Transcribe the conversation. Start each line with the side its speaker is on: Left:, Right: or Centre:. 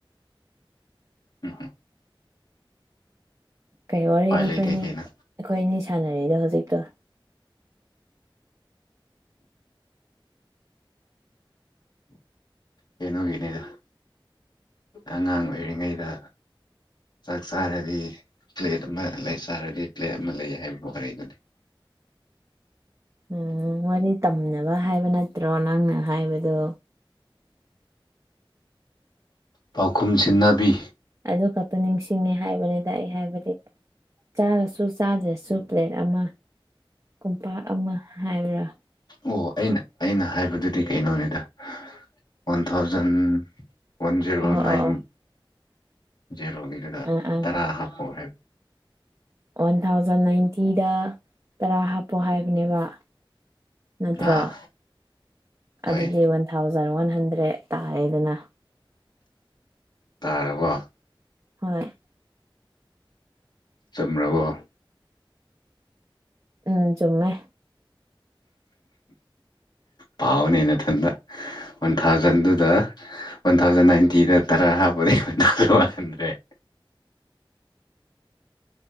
Left: ꯎꯝ
Right: ꯀꯩ ꯋꯥꯔꯤꯅꯣ
Left: ꯎꯄꯥꯏ ꯂꯩꯇꯦ
Right: ꯑꯈꯣꯏꯅꯤ
Left: ꯀꯩꯅꯣ
Right: ꯑꯩꯈꯣꯏ ꯑꯅꯤ ꯁꯥꯟꯅꯔꯤꯗꯣ ꯍꯧꯖꯤꯛꯇꯣ
Left: ꯀꯩꯅꯣꯒꯤꯅꯤꯗ ꯑꯉꯥꯡ ꯂꯩꯔꯤꯉꯩꯗ ꯆꯥꯛ ꯆꯥꯔꯗꯤ ꯄ꯭ꯂꯦꯠ ꯑꯃ ꯂꯩ ꯆꯥꯔꯗꯤ ꯄ꯭ꯂꯦꯠ ꯑꯃ ꯂꯩ ꯍꯥꯏꯕ ꯋꯥꯔꯤꯗꯨꯅꯤ
Right: ꯎꯝ ꯋꯥꯔꯤ ꯇꯝꯅꯕ ꯍꯥꯏꯕ ꯅꯠꯇ꯭ꯔꯣ ꯅꯪꯅ ꯍꯥꯏꯕꯗꯣ
Left: ꯄꯥꯎꯈꯨꯝ ꯁꯤꯟꯅꯕꯤ
Right: ꯑꯗꯨ ꯈꯛꯇ ꯅꯤꯡꯁꯤꯡꯉꯦ ꯍꯥꯏꯕꯅꯤꯗ ꯑꯩ ꯍꯥꯏꯕꯗꯤ ꯆꯥꯔꯁꯨ ꯆꯥꯗ꯭ꯔꯁꯨ ꯄ꯭ꯂꯦꯠ ꯑꯃ ꯀꯨꯝꯄꯥꯛ ꯑꯃ ꯍꯥꯏꯕ꯭ꯔꯥ
Left: ꯑꯣ ꯑꯩꯅ ꯑꯩꯅ ꯍꯥꯏꯕꯗꯨꯗꯤ ꯀꯩꯅꯣꯅꯤꯗ ꯋꯥꯟ ꯊꯥꯎꯖꯟ ꯋꯥꯟ ꯖꯦꯔꯣ
Right: ꯑꯣ
Left: ꯅꯥꯏꯟ
Right: ꯑꯣ ꯑꯣ
Left: ꯖꯦꯔꯣꯒꯤꯗꯅ
Right: ꯑꯥ ꯑꯥ
Left: ꯇꯔꯥ ꯍꯥꯞꯄꯣ ꯍꯥꯏꯕ
Right: ꯋꯥꯟ ꯊꯥꯎꯖꯟ ꯅꯥꯏꯟꯇꯤꯗ ꯇꯔꯥ ꯍꯥꯞꯄꯣ ꯍꯥꯏꯕꯅꯦꯕ ꯅꯠꯇ꯭ꯔꯣ
Left: ꯑꯥ
Right: ꯑꯗꯨꯗꯤ
Left: ꯍꯣꯏ
Right: ꯋꯥꯟ ꯊꯥꯎꯖꯟ ꯋꯥꯟ ꯍꯟꯗ꯭ꯔꯦꯠ ꯇꯥꯔꯦꯗꯅ
Left: ꯇꯥꯔꯕꯣ
Right: ꯍꯣꯏ
Left: ꯆꯨꯝꯔꯕꯣ
Right: ꯎꯝ ꯆꯨꯝꯃꯦ
Left: ꯄꯥꯎꯅꯦ ꯅꯊꯟꯗ ꯋꯥꯟ ꯊꯥꯎꯖꯟꯗꯨꯗ ꯋꯥꯟ ꯊꯥꯎꯖꯟ ꯅꯥꯏꯟꯇꯤꯗ ꯇꯔꯥ ꯍꯥꯞꯄꯗꯤ ꯋꯥꯟ ꯊꯥꯎꯖꯟ ꯋꯥꯟ ꯍꯟꯗ꯭ꯔꯦꯠ